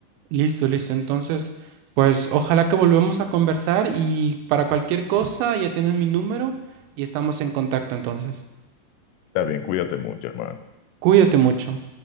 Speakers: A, on the right; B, on the left.
A: Listo, listo. Entonces, pues ojalá que volvamos a conversar y para cualquier cosa ya tienes mi número y estamos en contacto entonces.
B: Está bien, cuídate mucho, hermano.
A: Cuídate mucho.